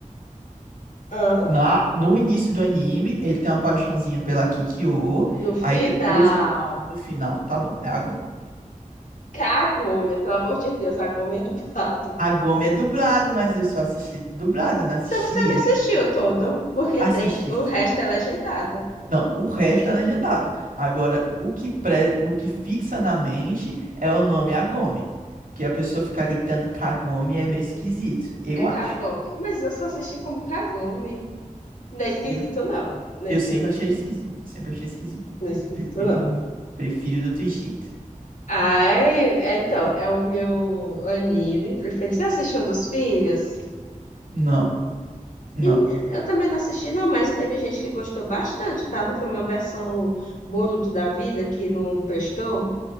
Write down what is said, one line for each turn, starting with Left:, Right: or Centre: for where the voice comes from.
Left: Hã?
Right: Lá no início do anime, ele tem uma paixãozinha pela Kikyo.
Left: No final.
Right: Aí depois, no final, tá bom, é a Gomi.
Left: Kagome, pelo amor de Deus, a Gome é dublado.
Right: A Gomi é dublado, mas eu só assisti dublado, não assisti.
Left: Então você não
Right: é,
Left: assistiu todo, porque
Right: Assisti.
Left: tem o
Right: sim.
Left: resto é legendado.
Right: Não, o resto é legendado. Agora, o que, pre... o que fixa na mente é o nome Agome. Que a pessoa ficar gritando Kagome é meio esquisito, eu
Left: É Kagome.
Right: acho.
Left: Mas eu só assisti como Kagome. Não é esquisito,
Right: Eu,
Left: não. Não
Right: eu
Left: é esquisito,
Right: sempre achei
Left: não.
Right: esquisito, eu sempre achei esquisito.
Left: Não é esquisito,
Right: Prefiro,
Left: não.
Right: prefiro do outro jeito.
Left: Ai, é, então, é o meu anime preferido. Você assistiu dos filhos?
Right: Não, não.
Left: E eu também não assisti, não, mas teve gente que gostou bastante, tá? Não foi uma versão Boruto da vida que não prestou?